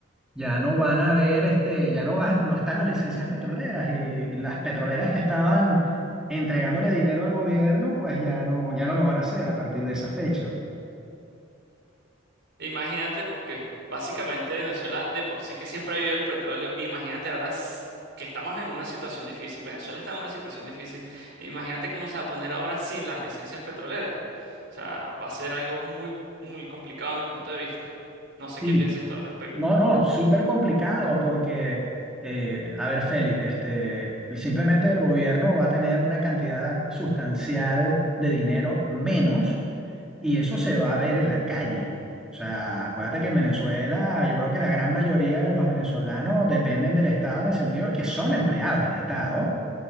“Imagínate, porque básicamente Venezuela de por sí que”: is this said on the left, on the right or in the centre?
Right